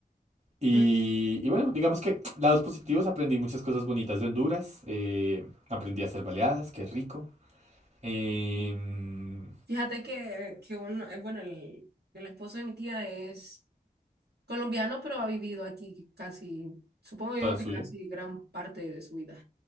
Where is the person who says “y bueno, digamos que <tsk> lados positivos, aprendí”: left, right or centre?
Right